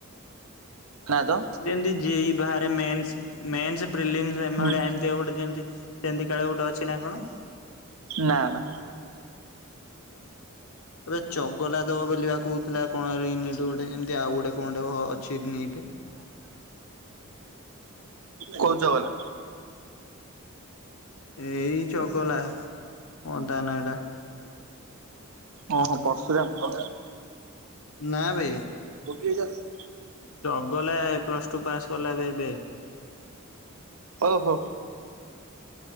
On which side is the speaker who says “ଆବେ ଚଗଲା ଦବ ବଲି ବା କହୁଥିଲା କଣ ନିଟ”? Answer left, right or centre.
Left